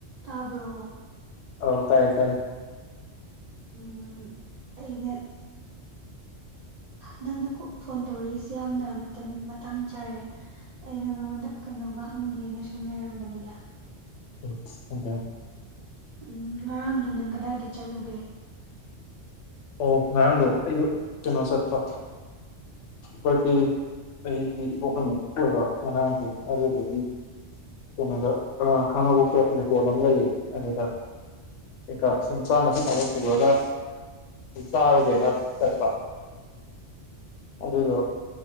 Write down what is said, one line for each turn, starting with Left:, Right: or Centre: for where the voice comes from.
Right: ꯇꯥꯕ꯭ꯔꯣ
Left: ꯍꯧ ꯇꯥꯏꯌꯦ ꯇꯥꯏꯌꯦ
Right: ꯎꯝ ꯑꯩꯅꯦ ꯅꯪꯅ ꯐꯣꯟ ꯇꯧꯔꯛꯏꯁꯤ ꯌꯥꯝꯅ ꯃꯇꯝ ꯃꯇꯥꯡ ꯆꯥꯔꯦ ꯑꯩꯅ ꯅꯉꯣꯟꯗ ꯀꯩꯅꯣꯝꯃ ꯍꯪꯒꯦꯅ ꯁꯨꯝ ꯂꯩꯔꯝꯕꯅꯤꯗ
Left: ꯑꯣꯗ
Right: ꯎꯝ ꯉꯔꯥꯡꯗꯨꯣ ꯅꯪ ꯀꯗꯥꯏꯗ ꯆꯠꯂꯨꯒꯦ
Left: ꯑꯣ ꯉꯔꯥꯡꯗꯣ ꯑꯩꯗꯣ ꯀꯩꯅꯣ ꯆꯠꯄ ꯕꯥꯔꯗꯦ ꯑꯩꯒꯤ ꯏꯄꯣꯛ ꯅꯨꯃꯤꯠ ꯑꯣꯏꯕ ꯉꯔꯥꯡꯁꯦ ꯑꯗꯨꯗꯒꯤ ꯀꯩꯅꯣꯗ ꯈꯥꯡꯉꯕꯣꯛꯁ ꯂꯩꯀꯣꯜ ꯑꯃ ꯂꯩꯌꯦ ꯑꯗꯨꯗ ꯀꯩꯀꯥ ꯁꯨꯝ ꯆꯥꯅ ꯊꯛꯅꯕ ꯄꯨꯔꯒ ꯆꯥꯔꯨꯒꯦꯅ ꯆꯠꯄ ꯑꯗꯨꯗꯣ